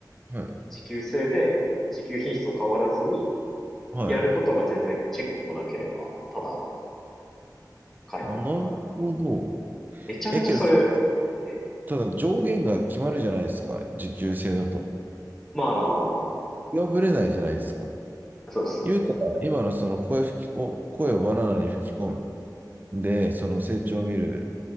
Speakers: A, on the right; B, in the centre.
A: はい。
B: 時給制で、時給品質も変わらずに、
A: はい。
B: やることが全然チェックもなければ、ただ会話が。
A: あ、なるほど。
B: めちゃめちゃそれ、
A: え、けど、それ、
B: え、
A: ただ上限が決まるじゃないですか、時給制だと。
B: まあまあまあま
A: 破れないじゃないですか。
B: あ。そうですね。
A: 言うたら、今のその声吹きこ、声をバナナに吹き込む。で、その成長を見る